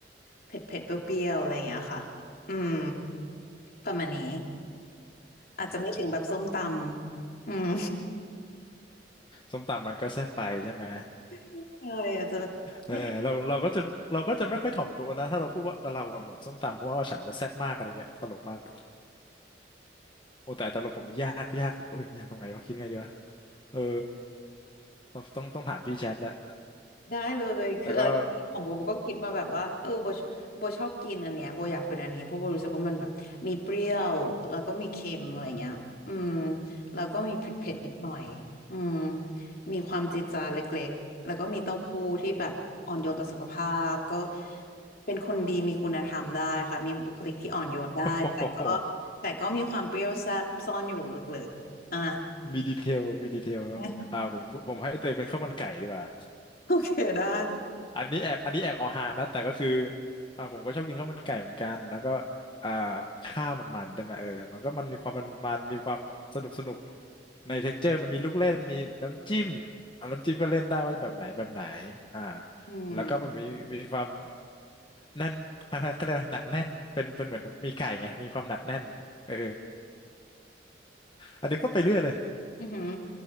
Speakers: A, on the left; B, on the left.
A: เผ็ดๆเปรี้ยวๆอะไรเงี้ยค่ะอืมประมาณนี้อาจจะไม่ถึงแบบส้มตำอืม
B: อืมส้มตำมันก็แซ่บไปใช่ไหม
A: <laughs> ใช่อาจจะแบบไม่เผ็ด
B: เออเราเราก็จะเราก็จะไม่ค่อยถ่อมตัวนะถ้าเราพูดว่าเออเราอะเหมือนส้มตำเพราะว่าฉันน่ะแซ่บมากอะไรเงี้ยตลกมากโอ้แต่แต่เราผมนี่ยากยากโอ้ยยากตรงไหนวะคิดไงดีวะเออต้องต้องต้องถามพี่แชทแล้ว
A: ได้เลยคืออะไรของโบโบก็คิดมาแบบว่าเออโบ
B: แต่ก็
A: โบชอบกินอันเนี้ยโบอยากเป็นอันนี้เพราะโบรู้สึกว่ามันแบบมีเปรี้ยวแล้วก็มีเค็มอะไรเงี้ยอืมแล้วก็มีเผ็ดๆนิดหน่อยอืม
B: อืม
A: มีความจี๊ดจ๊าดเล็กๆแล้วก็มีเต้าหู้ที่แบบอ่อนโยนต่อสุขภาพก็
B: อืม
A: เป็นคนดีมีคุณธรรมได้ค่ะมีบุคลิกที่อ่อนโยนได้แต่ก็
B: โอ้โห
A: แต่ก็มีความเปรี้ยวแซ่บซ่อนอยู่ลึกๆอ่ะ
B: มีดีเทลมีดีเทลครับอ่าผมผมให้เตยเป็นข้าวมันไก่ดีกว่า
A: <laughs> โอเคได้
B: อันนี้แอบอันนี้แอบเอาฮานะแต่ก็คืออ่าผมก็ชอบกินข้าวมันไก่เหมือนกันแล้วก็อ่าข้าวมันมันได้ไหมเออมันก็มันมีความมันมันมีความสนุกสนุกในเท็กเจอร์มันมีลูกเล่นมีน้ำจิ้มอ่าน้ำจิ้มก็เล่นได้ว่าแบบไหนแบบไหนอ่า
A: อืม
B: แล้วก็มันมีมีความแน่น <laughs> ก็เรียกว่าหนักแน่นเป็นเป็นเหมือนมีไก่ไงมีความหนักแน่นเอออันนี้พูดไปเรื่อยเลย
A: อือหือ